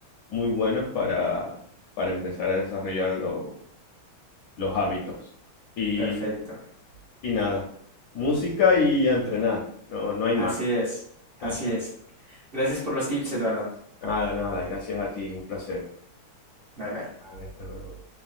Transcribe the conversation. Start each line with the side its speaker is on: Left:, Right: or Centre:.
Left: muy buenos para, para empezar a desarrollar lo- los hábitos. Y,
Right: Perfecto.
Left: y nada, música y a entrenar, no, no hay más.
Right: Así es. Así
Left: <laughs>
Right: es. Gracias por los tips, Eduardo.
Left: Nada, nada, gracias a ti, un placer.
Right: Bye bye.
Left: Vale, hasta luego.